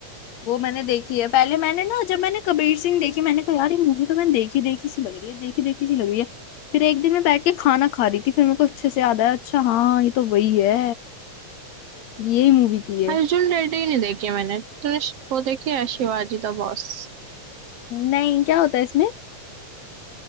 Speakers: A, on the left; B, on the right.
A: वो मैंने देखी है पहले मैंने ना जब मैंने कबीर सिंह देखी मैंने कहा यार ये मूवी तो मैंने देखी देखी सी लग रही है देखी देखी सी लग रही है फिर एक दिन मैं बैठ के खाना खा रही थी फिर मेरे को अच्छे से याद आया अच्छा हाँ ये तो वही है यही मूवी थी ये
B: अर्जुन रेड्डी नहीं देखी मैंने तूने श- वो देखी है शिवाजी द बॉस
A: नहीं क्या होता है इसमें